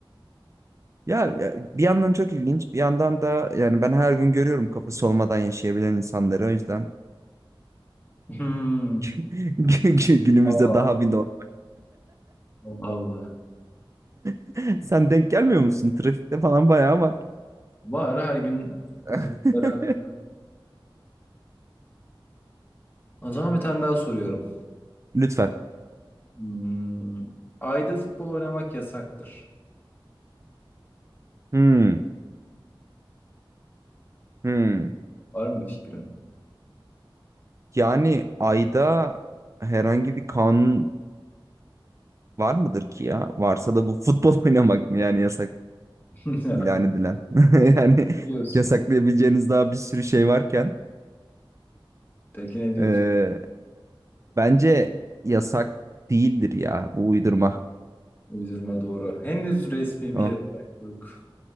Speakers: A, on the right; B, on the left.
A: Ya ya, bir yandan çok ilginç bir yandan da yani ben her gün görüyorum kafası olmadan yaşayabilen insanları o yüzden
B: Hmm,
A: <laughs> gü- gü- günümüzde
B: Allah
A: daha bir norm.
B: Allah. Allah.
A: <laughs> Sen denk gelmiyor musun? Trafikte falan bayağı var.
B: Var her gün
A: <laughs>
B: bizim beraber. O zaman bir tane daha soruyorum.
A: Lütfen.
B: Hmm, ayda futbol oynamak yasaktır.
A: Hmm, hmm.
B: Var mı bir fikrin?
A: Yani ayda herhangi bir kanun var mıdır ki ya? Varsa da bu futbol <laughs> oynamak mı yani yasak
B: <laughs>
A: ilan edilen? <laughs> Yani
B: Biliyorsun.
A: yasaklayabileceğiniz daha bir sürü şey varken.
B: Peki ne diyorsun?
A: Ee, bence yasak değildir ya bu uydurma.
B: Uydurma doğru. Henüz resmi bir
A: Oh.
B: yasak yok.